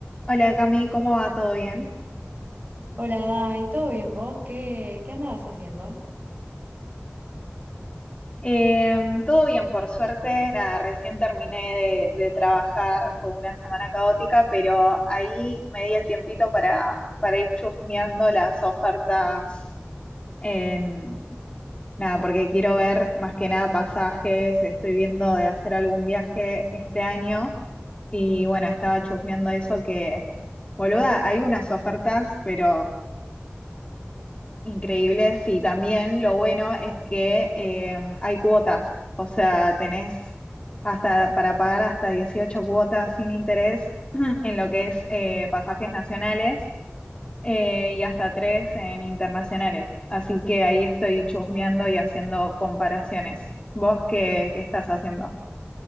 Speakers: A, on the left; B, on the right.
A: Hola Cami, ¿cómo va? ¿Todo bien?
B: Hola, Dai, ¿todo bien vos? ¿Qué, qué andabas haciendo?
A: Em, todo bien, por suerte. Nada, recién terminé de, de trabajar, fue una semana caótica, pero ahí me di el tiempito para, para ir chusmeando las ofertas en... Nada, porque quiero ver más que nada pasajes, estoy viendo de hacer algún viaje este año y bueno, estaba chusmeando eso que, boluda, hay unas ofertas, pero Increíble, sí. También lo bueno es que eh, hay cuotas, o sea, tenés hasta para pagar hasta 18 cuotas sin interés <clears throat> en lo que es eh, pasajes nacionales eh, y hasta tres en internacionales. Así que ahí estoy chusmeando y haciendo comparaciones. ¿Vos qué, qué estás haciendo?